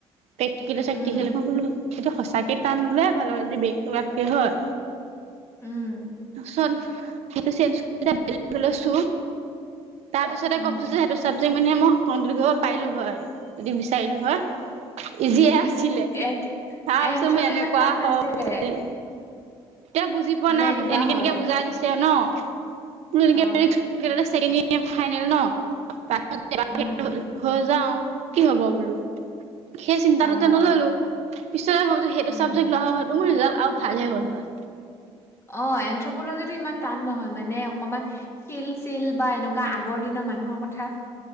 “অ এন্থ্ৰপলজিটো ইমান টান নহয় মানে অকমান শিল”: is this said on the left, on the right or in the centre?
Left